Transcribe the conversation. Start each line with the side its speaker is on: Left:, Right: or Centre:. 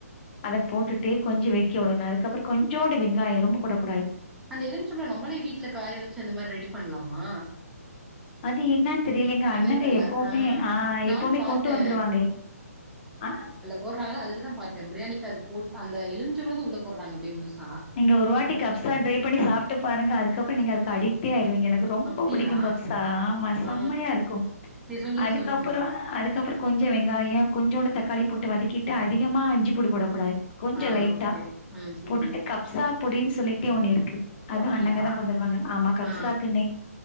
Left: அத போட்டுட்டு கொஞ்சோ வெடிக்க உடணு அதுக்கப்பறோ கொஞ்சோண்டு வெங்காயம் ரொம்ப போடக் கூடாது
Centre: அந்த எலுமிச்ச பழோ நம்மளே வீட்ல காய வச்சு அந்த மாறி ரெடி பண்லாமா
Left: அது என்னான்னு தெரிலைங் எங்க அண்ணங்க
Centre: என்னன்னு தெர்ல
Left: எப்பவுமே ஆ
Centre: நானு
Left: எப்பவுமே
Centre: பாத்தே
Left: கொண்ட்டு வந்துருவாங்க ஆ
Centre: போட்றாங்களா அதுல தா பாத்தே பிரியாணிக் அதுக் போட் அந்த எலுமிச்ச பழத்த உள்ள போட்றாங்க அப்டியே முழுச
Left: நீங்க ஒரு வாட்டி கப்சா ட்ரை பண்ணி சாப்ட்டு பாருங்க அதுக்கப்புறோ நீங்க அதுக்கு அடிக்டே ஆயிருவீங்க எனக்கு ரொம்ப
Centre: அப்டியா
Left: புடிக் கொஞ்சோ கப்சா ஆமா
Centre: ஆ
Left: செம்மையா இருக்கும்
Centre: செரி சொல்லுங்க
Left: அதுக்கப்பறோ
Centre: சொல்லுங்க
Left: அதுக்கப்பறோ கொஞ்சோ வெங்காயம் கொஞ்சோண்டு தக்காளி போட்டு வதக்கிட்டு அதிகமா இஞ்சி பூண்டு போடக்கூடாது கொஞ்சோ
Centre: ஆ
Left: லைட்டா
Centre: ஓகே ம் சேரி
Left: போட்டுட்டு கப்சா பொடின்னு சொல்லிட்டே ஒன்னு இருக்கு அதும்
Centre: அப்டியா
Left: அண்ணங்க தா கொண்டு வருவாங்க ஆமா கப்சாக்குன்னே
Centre: ஆ ஆ